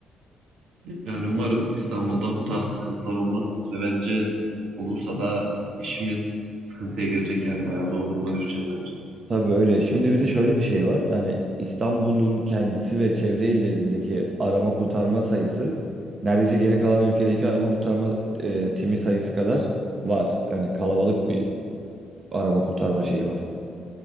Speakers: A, on the right; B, on the right.
A: Yani umarım İstanbul'da bu tarz sıkıntılar olmaz ve bence olursa da işimiz sıkıntıya girecek yani bayağı zor duruma düşeceğiz bence.
B: Tabii öyle. Şimdi bir de şöyle bir şey var. Hani İstanbul'un kendisi ve çevre illerindeki arama kurtarma sayısı neredeyse geri kalan ülkedeki arama kurtarma e, timi sayısı kadar var. Yani kalabalık bir arama kurtarma şeyi var.